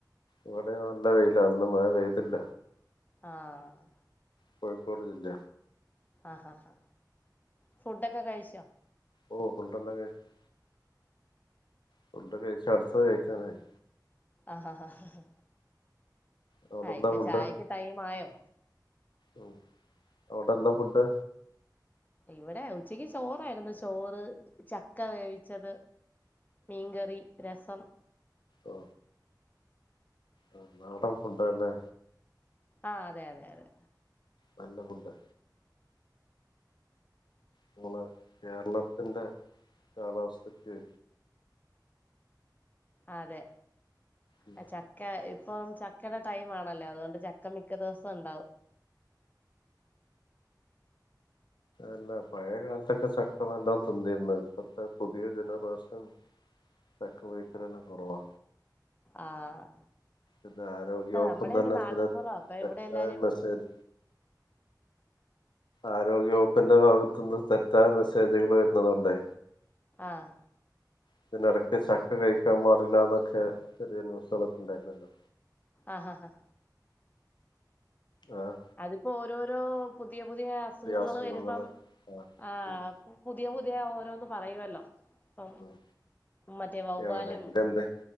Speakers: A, on the left; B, on the left.
A: ഇവിടെ നല്ല വെയിലാ ഇന്ന് മഴ പെയ്തില്ല
B: ആഹ്
A: കോഴിക്കോട് ജില്ല
B: ആഹാഹാ ഫുഡൊക്കെ കഴിച്ചോ
A: ഓ ഫുഡ്‌ എല്ലാം കഴിച്ചു ഫുഡ്‌ കഴിച്ച് അടുത്തത് കഴിക്കാൻ ആയി
B: ആഹ് ആഹ് ആഹാ
A: അവിടെന്താ
B: ആ ഇവിടെ
A: ഫുഡ്
B: ചായക്ക് ടൈം ആയോ
A: ഉം അവിടെ എന്താ ഫുഡ്
B: ഇവിടെ ഉച്ചയ്ക്ക് ചോറായിരുന്നു ചോറ് ചക്ക വേവിച്ചത് മീൻകറി രസം
A: ഓ ആ നാടൻ ഫുഡാലെ
B: ആ അതെ അതെ അതെ
A: നല്ല ഫുഡ് നമ്മളെ കേരളത്തിന്റെ കാലാവസ്ഥക്ക്
B: അതെ
A: ഉം
B: ആ ചക്ക ഇപ്പം ചക്കയുടെ ടൈം ആണല്ലോ അതുകൊണ്ട് ചക്ക മിക്ക ദിവസം ഉണ്ടാവും
A: അല്ല പഴയ കാലത്തൊക്കെ ചക്ക നല്ല തിന്നിരുന്നെ ഇപ്പത്തെ പുതിയ ജനറേഷൻ ചക്ക വേവിക്കല് തന്ന കുറവാ
B: ആഹ്
A: അ ആരോഗ്യവകുപ്പ്
B: ഇപ്പ നമ്മുടെ
A: നല്ലതല്ല
B: ഒരു നാട്ടിൻപുറ അപ്പൊ
A: തെറ്റായ
B: ഇവിടെ എല്ലാരും
A: മെസ്സേജ ആരോഗ്യവകുപ്പിന്റെ ഭാഗത്തുനിന്ന് തെറ്റായ മെസ്സേജുകൾ വരന്നത് കൊണ്ടേ
B: ആഹ
A: ഇതിനിടക്ക് ചക്ക കഴിക്കാൻ പാടില്ലന്നൊക്കെ ചെറിയ ന്യൂസുകളൊക്കെ ഉണ്ടായിരുന്നല്ലോ
B: ആഹ് ആഹ ആഹ
A: ആഹ്
B: അതിപ്പോ ഓരോരോ പുതിയ പുതിയ അസുഖങ്ങൾ
A: അസുഖങ്ങള്
B: വരുമ്പം
A: ആഹ്
B: ആ
A: ഉം
B: പുതിയ പുതിയ ഓരോന്ന പറയുവല്ലോ അപ്പം
A: ഉം
B: മറ്റേ വവ്വലും
A: എവിടെങ്കിലും എന്ത്